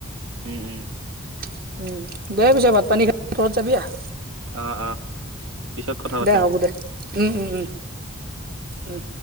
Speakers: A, on the right; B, on the right.
A: উম উম
B: কি? দে পিচে ভাত পানী খাই ঘৰত যাবি আহহ।
A: অ অ পিছত কথা পাতিম
B: দে হ'ব দে। উম উম উম।